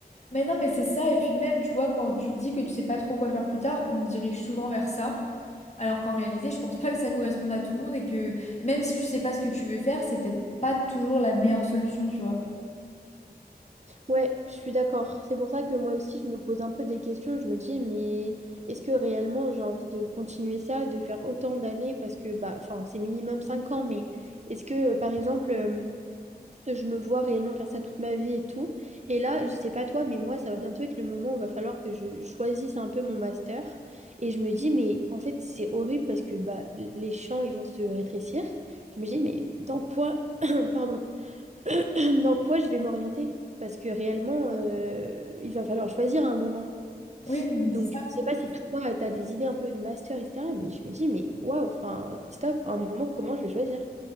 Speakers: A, on the left; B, on the right.
A: Mais non, mais c'est ça, et puis même, tu vois, quand tu dis que tu sais pas trop quoi faire plus tard, on te dirige souvent vers ça, alors qu'en réalité, je pense pas que ça corresponde à tout le monde, et que même si tu sais pas ce que tu veux faire, c'est peut-être pas toujours la meilleure solution, tu vois.
B: Ouais, je suis d'accord. C'est pour ça que moi aussi, je me pose un peu des questions, je me dis, mais est-ce que réellement j'ai envie de continuer ça, de faire autant d'années, parce que, bah, enfin, c'est minimum 5 ans, mais est-ce que, euh, par exemple euh, je me vois réellement faire ça toute ma vie et tout. Et là, je sais pas toi, mais moi, ça va bientôt être le moment où il va falloir que je choisisse un peu mon master. Et je me dis, mais en fait, c'est horrible parce que bah, les champs, ils vont se rétrécir. Je me dis, mais dans quoi, <clears throat> <coughs> pardon, <coughs> dans quoi je vais m'orienter? Parce que réellement, euh, il va falloir choisir à un moment.
A: Oui, non, mais
B: Donc,
A: c'est ça.
B: je sais pas si toi, tu as des idées un peu de master, etc. Mais je me dis, mais waouh, enfin, stop, à un moment, comment je vais choisir?